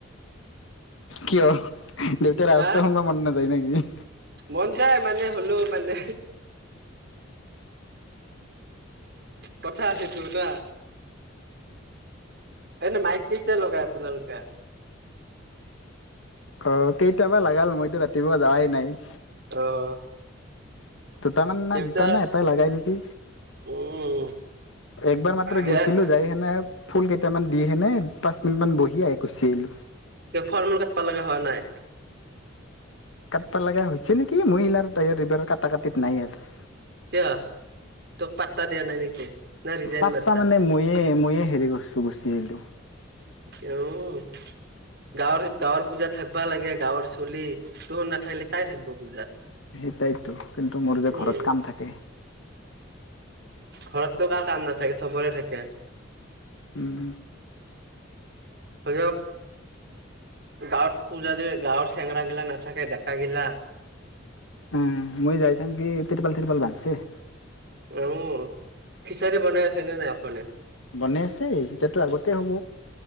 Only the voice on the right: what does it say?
হা
মন যায় মানে হলেও, মানে কথা আছেটো না। এনে মাইক কিতিয়া লগাই আপোনালোকে?
অ'
দেউতা
উম,
দে
ফল-মূল কাটব লগা হোৱা নাই?
কিয়? তোক পাত্তা দিয়া নাই নেকি? না ৰিজাইন
মাৰিছা?
<unintelligible> গাঁৱৰ-গাঁৱৰ পূজা থাকবা লাগে। গাঁৱৰ চলি, তহন নাথাকিলে কাই থাকিব পূজাত।
উম,
ঘৰততো কাৰ কাম নাথাকে, চবৰে থাকে।
<unintelligible> গাঁৱত পূজা দি গাঁৱৰ চেঙৰা গিলা নাথাকে ডেকা গিলা।
উম, খিচাৰি বনাই আছে নে নাই এখনে?